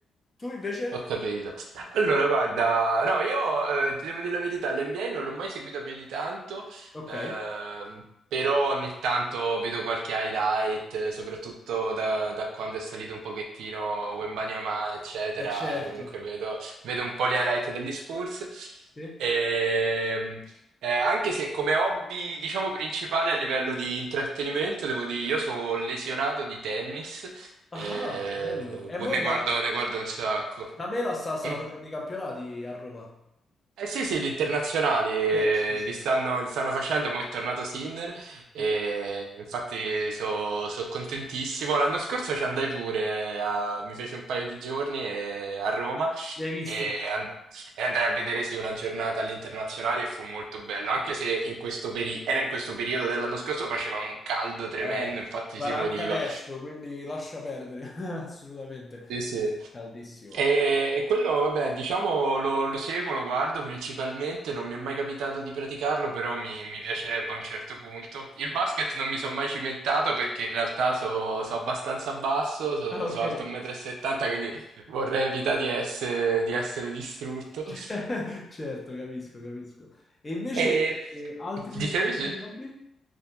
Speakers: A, on the left; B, on the right.
A: Tu invece?
B: ho capito. Allora, guarda, no, io eh, ti devo dire la verità, l'NBA non l'ho mai seguito più di tanto,
A: Ok.
B: ehm,
A: Eh
B: però ogni tanto vedo qualche highlight, eh, soprattutto da, da quando è salito un pochettino Wembanyama, eccetera,
A: certo.
B: comunque vedo, vedo un po' gli highlight degli Spurs.
A: Sì.
B: Ehm, eh, anche se come hobby, diciamo, principale a livello di intrattenimento, devo dire, io sono lesionato di tennis, eh,
A: Ah, bello. E
B: ne
A: Bello. mo da,
B: guardo, ne guardo un sacco.
A: da me la sta- stanno
B: Mm.
A: facendo i campionati a Roma.
B: Eh sì, sì, gli internazionali eh,
A: Sì, Sì, sì,
B: li stanno,
A: sì.
B: li stanno facendo, ma è tornato Sinner e
A: sì.
B: infatti sono contentissimo. L'anno scorso ci andai pure, eh, a- mi fece un paio di giorni eh, a Roma
A: Li hai visti?
B: e, an- e andai a vedere sì, una giornata all'internazionale e fu molto bello, anche se in questo peri- era in questo periodo dell'anno scorso faceva un caldo tremendo,
A: Eh,
B: infatti
A: guarda,
B: si moriva.
A: anche adesso, quindi lascia perdere, <laughs> assolutamente.
B: Sì, sì.
A: Caldissimo.
B: E, e quello, vabbè, diciamo lo, lo seguo, lo guardo principalmente, non mi è mai capitato di praticarlo, però mi, mi piacerebbe a un certo punto. Il basket non mi sono mai cimentato perché in realtà sono abbastanza basso,
A: Ah, ok.
B: sono alto 1,70 m, quindi vorrei evitare di essere, di essere distrutto.
A: <laughs> Certo, capisco, capisco. E invece
B: E
A: eh, altri,
B: dicevi
A: altri
B: sì?
A: hobby?